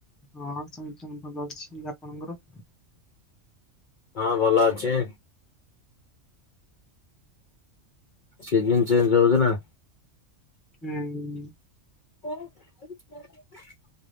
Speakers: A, in the centre; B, on the left (about 55°).
A: ହଁ ସମସ୍ତଙ୍କ ଭଲ ଅଛି, ଆପଣଙ୍କର?
B: ହଁ ଭଲ ଅଛି। ସିଜନ୍ ଚେଞ୍ଜ ହଉଛି ନା।
A: ହୁଁ।
B: ଓ <inaudible>